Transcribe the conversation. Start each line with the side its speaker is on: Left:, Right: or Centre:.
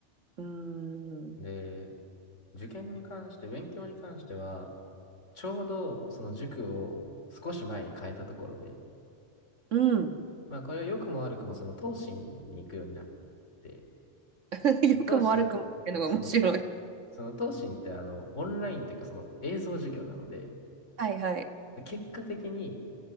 Right: うーん。
Left: で、受験に関して、勉強に関しては、ちょうどその塾を少し前に変えたところで、
Right: うん。
Left: まあこれは良くも悪くもその東進に行くようになって、
Right: <laughs> 良くも悪くもっていうのが面白い。
Left: 東進、その、その東進ってあの、オンラインっていうかその映像授業なので、
Right: はいはい。
Left: で結果的に